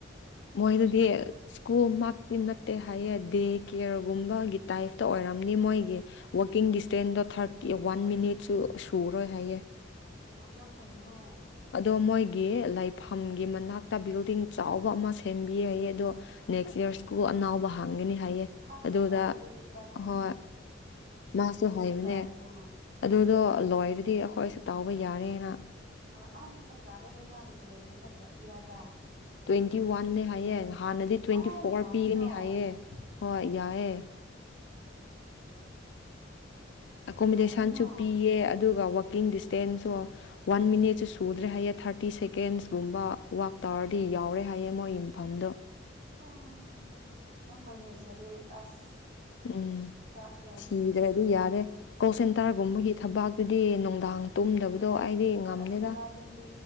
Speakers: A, on the left (about 65°); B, on the right (about 40°).
A: ꯃꯣꯏꯗꯗꯤ ꯁ꯭ꯀꯨꯜ ꯃꯛꯇꯤ ꯅꯠꯇꯦ ꯍꯥꯏꯌꯦ ꯗꯦ ꯀꯦꯌꯔꯒꯨꯝꯕꯒꯤ ꯇꯥꯏꯞꯇ ꯑꯣꯏꯔ ꯅꯤ ꯃꯣꯏꯒꯤ ꯋꯥꯔꯀꯤꯡꯗꯤꯁ ꯇꯦꯟꯗ ꯊꯥꯔꯇꯤ ꯋꯥꯟ ꯃꯤꯅꯤꯠꯁꯨ ꯁꯨꯔꯣꯏ ꯍꯥꯏꯌꯦ
B: ꯂꯣ ꯌꯥꯝ ꯐꯩꯅꯥ
A: ꯑꯗꯣ ꯃꯣꯏꯒꯤ ꯂꯥꯏꯐ ꯐꯝꯒꯤ ꯃꯅꯥꯛꯇ ꯕꯤꯜꯗꯤꯡ ꯆꯥꯎꯕ ꯑꯃ ꯁꯦꯝꯕꯤ ꯍꯥꯏꯌꯦ ꯑꯗꯣ ꯅꯦꯛꯁ ꯌꯔ ꯁ꯭ꯀꯨꯜ ꯑꯅꯥꯎꯕ ꯍꯥꯡ ꯉꯅꯤ ꯍꯥꯏꯌꯦ
B: ꯑꯁ
A: ꯑꯗꯨꯗ
B: ꯆꯞ ꯆꯥꯔꯦ ꯑꯗꯨꯗꯤ ꯏꯕꯥꯅꯤꯒꯤ
A: ꯍꯣꯏ ꯃꯥꯁꯨ
B: ꯑꯗꯨꯗꯤ
A: ꯍꯥꯏꯕꯅꯦ
B: ꯆꯞ ꯆꯥꯔꯦꯅ
A: ꯑꯗꯨꯗꯣ ꯂꯣꯏꯔꯗꯤ ꯑꯩꯈꯣꯏꯁꯨ ꯇꯧꯕ ꯌꯥꯔꯦꯅ
B: ꯍꯣꯏ ꯑꯥ ꯆꯞ ꯆꯥꯔꯦꯗꯣ ꯃꯥꯒꯤ ꯁꯦꯂꯦꯔꯤ ꯍꯟꯗꯛ ꯀꯌꯥ ꯄꯤ ꯍꯥꯏꯕ꯭ꯔꯥ
A: ꯇ꯭ꯋꯦꯟꯇꯤ ꯋꯥꯟꯅꯦ ꯍꯥꯏꯌꯦ ꯍꯥꯟꯅꯗꯤ ꯇ꯭ꯋꯦꯟꯇꯤ
B: ꯑꯥ
A: ꯐꯣꯔ
B: ꯌꯥꯝꯃꯤꯅ
A: ꯄꯤꯒꯅꯤ ꯍꯥꯏꯌꯦ
B: ꯑꯣ
A: ꯍꯣꯏ ꯌꯥꯏꯌꯦ ꯑꯦꯀꯣꯃꯣꯗꯦꯁꯟꯁꯨ
B: ꯌꯥꯝꯃꯤꯅ
A: ꯄꯤꯌꯦ ꯑꯗꯨꯒ ꯋꯥꯥꯛꯀꯤꯡꯗꯤꯁ ꯇꯦꯟꯁꯨ ꯋꯥꯟ ꯃꯤꯅꯤꯠꯁꯨ ꯁꯨꯗ꯭ꯔꯦ ꯍꯥꯏꯌꯦ ꯊꯥꯔꯇꯤ ꯁꯦꯀꯦꯟꯁꯀꯨꯝꯕ ꯋꯥꯛ ꯇꯧꯔꯗꯤ ꯌꯥꯎꯔꯦ ꯍꯥꯏꯌꯦ ꯃꯣꯏ ꯌꯨꯝꯐꯝꯗꯣ
B: <unintelligible>
A: ꯎꯝ
B: ꯆꯥꯛꯀꯗꯕꯅꯤ
A: ꯊꯤꯗ꯭ꯔꯗꯤ ꯌꯥꯔꯦ ꯀꯣꯜ ꯁꯦꯟꯇꯔꯒꯨꯝꯕꯒꯤ
B: ꯎꯝ
A: ꯊꯕꯥꯛꯇꯨꯗꯤ ꯅꯨꯡꯗꯥꯡ ꯇꯨꯝꯗꯕꯗꯣ ꯑꯩꯗꯤ
B: ꯍꯣꯏ
A: ꯉꯝꯗꯦꯗ
B: ꯑꯁ ꯏꯕꯥꯅꯤꯗꯤ